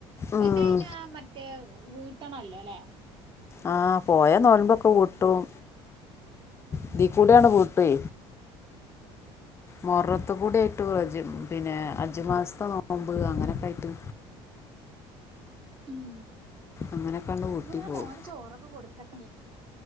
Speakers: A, on the right; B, on the left.
A: നിങ്ങക്ക്
B: ഉം
A: അയിന് മറ്റേ വീട്ടണല്ലോല്ലേ
B: ആഹ് പോയെന്നോമ്പോക്കെ വീട്ടും
A: ഉം
B: ഇതീ കൂട്ടി അങ്ങു വീട്ടേ മോറത്ത്
A: ആഹ്
B: കൂടി ആയിട്ട് ജ പിന്നെ അജമാസത്തെ നോമ്പ് അങ്ങനൊക്കെ ആയിട്ട്
A: ഉം
B: അങ്ങനെയൊക്കാണ്ട് വീട്ടി
A: ഇന്ന ഞാൻ
B: പോകും
A: മോന് ചോറൊക്കെ കൊടുക്കട്ടെ ഇനി